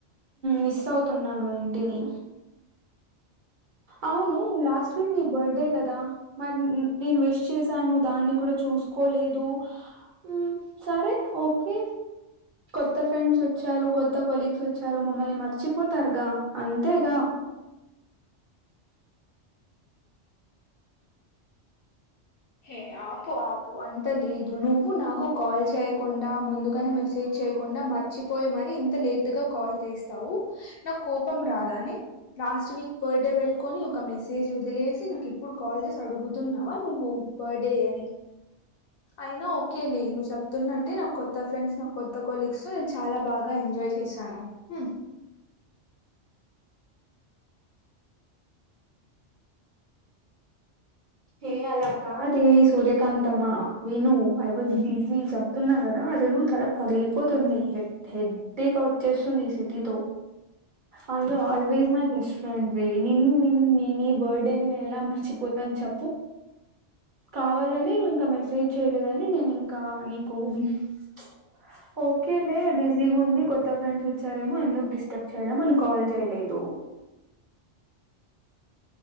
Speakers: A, on the right (about 55°); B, on the left (about 60°).
A: మిస్ అవుతున్నాను ఇంటిని అవును లాస్ట్ వీక్ నీ బడ్డే కదా మరి న్ న్ నేను విష్ చేశాను దాన్ని కూడా చూసుకోలేదు, ఉ సరే ఓకే, కొత్త ఫ్రెండ్స్ వచ్చారు కొత్త కొలీగ్స్ వచ్చారు, మమ్మల్ని మర్చిపోతారుగా అంతేగా
B: హే ఆపు ఆపు అంత లేదు నువ్వు నాకు కాల్ చేయ్యకుండా ముందుక్ కానే మెసేజ్ చేయకుండా మర్చిపోయి మరి ఇంత లేట్గా కాల్ చేస్తావు. నాకు కోపం రాదానే, లాస్ట్ వీక్ బడ్డే పెట్ట్కొని ఒక మెసేజ్ వదిలేసి నాకు ఇప్పుడు కాల్ చేసి అడుగుతున్నావా నువ్వు బడ్డే అని, ఐనా ఓకేలి నువ్వు సెప్తున్నట్టే నా కొత్త ఫ్రెండ్స్, నా కొత్త కొలీగ్స్ నేను చాలా బాగా ఎంజాయ్ చేశాను. హు
A: హె అలా కాదే సూర్య ఏకాంతమా విను ఐవజ్ బిజి చెప్తున్నా కదా అసలు తల పగిలిపోతుంది, హె హె ట్టేక వచ్చేస్సుంది సిటీతో ఆ you always my best friend రే నిన్ను నిన్ నే ని బడ్డేని నేనలా మర్చిపోతాన చె కావాలనే నువ్ ఇంకా మెసేజ్ చేయలేదని నేను ఇంకా నీకు, చ్ ఓకేలే బిజీగా ఉంది కొత్త ఫ్రెండ్స్ వచ్చారేమో ఎందుకు డిస్టర్బ్ చేయడం అని కాల్ చేయలేదు.